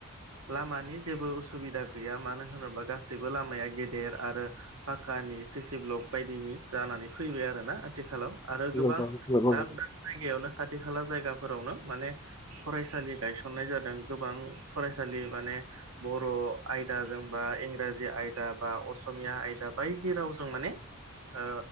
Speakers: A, on the right (about 75°); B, on the left (about 15°).
A: लामानि जेबो उसुबिदा गैया मानो होनोबा गासैबो लामाया गेदेर आरो पाकानि सिसि ब्लक बायदिनि जानानै फैबाय आरोोना आथिखालाव आरो गोबां
B: नंगौ नंगौ
A: दाब दाब
B: नंगौ
A: जायगायावनो खाथि खाला जायगाफोरावनो माने फरायसालि गायसननाय जादों गोबां फरायसालि माने। बर' आयदाजों बा इंराजि आयदा बा असमिया आयदा रावजों माने। ओ